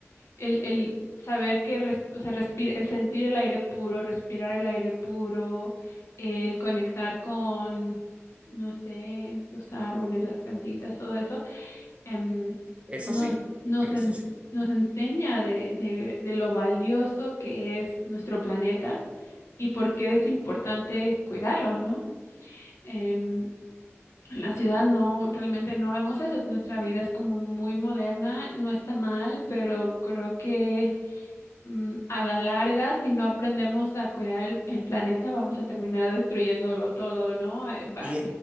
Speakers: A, on the left (about 70°); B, on the right (about 25°).
A: el, el saber que res- o sea, respir- el sentir el aire puro, respirar el aire puro, el conectar con, no sé, los árboles, las plantitas, todo eso, em,
B: Eso
A: nos,
B: sí,
A: nos,
B: eso
A: en-
B: sí.
A: nos enseña de, de de lo valioso que es nuestro planeta y por qué es importante cuidarlos, ¿no? Em, en la ciudad no, realmente no vemos eso. Nuestra vida es como muy moderna, no está mal, pero creo que mm, a la larga, si no aprendemos a cuidar el, el planeta, vamos a terminar destruyéndolo todo, ¿no? Eh, va-
B: Y,